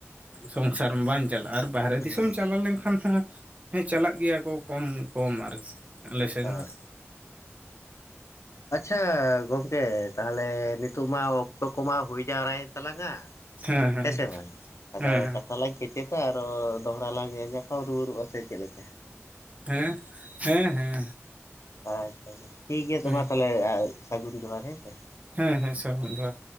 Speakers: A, on the right; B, on the left.
A: ᱥᱚᱝᱥᱟᱨ ᱵᱟᱝ ᱪᱟᱞᱟᱜᱼᱟ᱾ ᱟᱨ ᱵᱟᱨᱦᱨᱮ
B: ᱦᱩᱸ
A: ᱫᱤᱥᱚᱢ ᱪᱟᱞᱟᱣ ᱞᱮᱱᱠᱷᱟᱱ ᱦᱚᱸ, ᱦᱮᱸ ᱪᱟᱞᱟᱜ ᱜᱮᱭᱟ ᱠᱚ ᱠᱚᱢ ᱠᱚᱢ ᱟᱨ ᱟᱞ ᱥᱮᱱ
B: ᱟᱨ
A: ᱫᱚ ᱾
B: ᱟᱪᱪᱷᱟ ᱜᱚᱝᱠᱮ ᱛᱟᱦᱚᱞᱮ ᱱᱤᱛᱚᱜ ᱢᱟ ᱚᱠᱛᱚ ᱠᱚᱢᱟ ᱦᱩᱭ ᱡᱟᱣᱨᱟᱭᱮᱱ ᱛᱟᱞᱟᱝᱼᱟ,
A: ᱦᱮᱸ
B: ᱦᱮᱸᱥᱮ ᱵᱟᱝ ᱟᱫᱚ
A: ᱦᱮᱸ ᱦᱮᱸ
B: ᱠᱟᱛᱷᱟ ᱞᱟᱡ ᱠᱮᱪᱮᱫᱟ ᱟᱨᱚ ᱫᱚᱦᱲᱟ ᱞᱟᱝ ᱧᱟᱯᱟᱢ ᱨᱩᱣᱟᱹᱲᱚᱜᱼᱟ ᱥᱮ ᱪᱮᱫ ᱞᱮᱠᱟ?
A: ᱦᱮᱸ ᱦᱮᱸ ᱦᱮᱸ
B: ᱟᱪᱪᱷᱟ ᱴᱷᱤᱠᱜᱮᱭᱟ ᱛᱚᱵ
A: ᱦᱮᱸ
B: ᱢᱟ ᱛᱟᱦᱮᱞᱮ ᱥᱟᱹᱜᱩᱱ ᱡᱚᱦᱟᱨ ᱦᱮᱸᱥᱮ?
A: ᱦᱮᱸ ᱦᱮᱸ ᱥᱟᱹᱜᱩᱱ ᱡᱚᱦᱟᱨ᱾